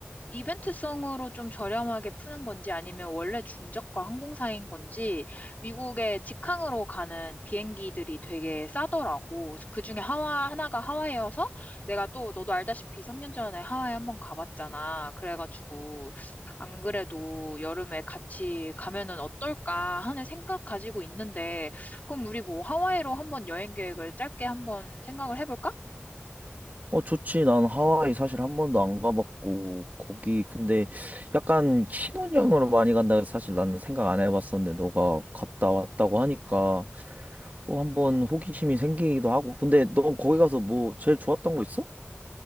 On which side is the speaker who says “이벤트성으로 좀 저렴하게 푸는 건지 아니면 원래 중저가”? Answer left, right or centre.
Left